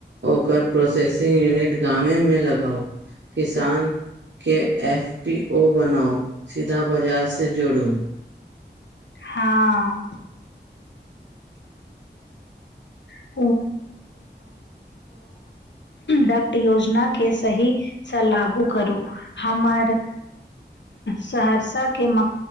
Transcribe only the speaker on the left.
हां <unintelligible> डक्ट योजना के सहीसँ लागू करू, हमर सहरसा के म